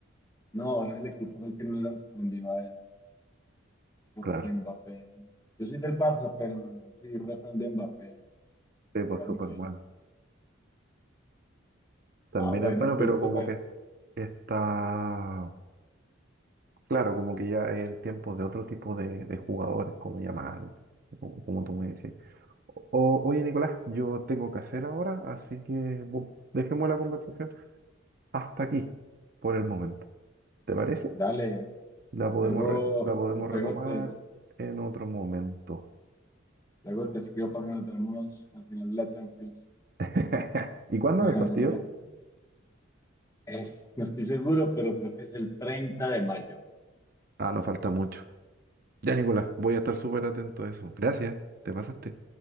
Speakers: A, on the left; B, on the right.
A: no, ahora el equipo fue el que no le respondió a él, porque
B: Claro,
A: Mbappé. Yo soy del Barça, pero sí, re fan de Mbappé.
B: sí, pues
A: Juega
B: súper
A: muy bien.
B: bueno. También
A: Ah, bueno,
B: es bueno,
A: Christopher,
B: pero como que está. Claro, como que ya es el tiempo de otro tipo de, de jugadores, como Yamal, como, como tú me decís. O- o- oye, Nicolás, yo tengo que hacer ahora, así que bu- dejemos la conversación hasta aquí, por el momento. ¿Te parece?
A: dale.
B: La podemos,
A: Luego,
B: re- la podemos
A: luego
B: retomar
A: te,
B: en otro momento.
A: luego te escribo para que nos veamos al final de la Champions.
B: <laughs> ¿Y cuándo
A: <laughs>
B: es el partido?
A: Es, no estoy seguro, pero creo que es el 30 de mayo.
B: Ah, no falta mucho. Ya, Nicolás, voy a estar súper atento a eso. Gracias, te pasaste.